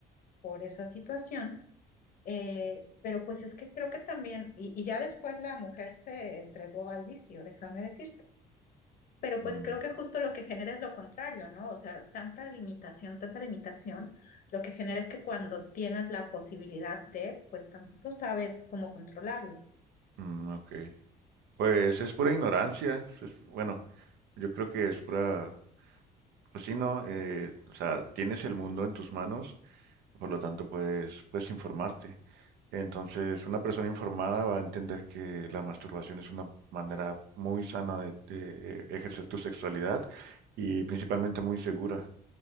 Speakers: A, on the left; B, on the right.
A: por esa situación, eh, pero pues es que creo que también, y, y ya después la mujer se entregó al vicio, déjame decir pero
B: mm,
A: pues creo que justo lo que genera es lo contrario, ¿no? O sea, tanta limitación, tanta limitación, lo que genera es que cuando tienes la posibilidad de, pues tampoco sabes cómo controlarlo.
B: mm, ok. Pues es pura ignorancia. pues, bueno, yo creo que es pura, pues sí, ¿no? Eh, o sea, tienes el mundo en tus manos, por lo tanto puedes, puedes informarte. Entonces, una persona informada va a entender que la masturbación es una manera muy sana de, de, eh, ejercer tu sexualidad y principalmente muy segura.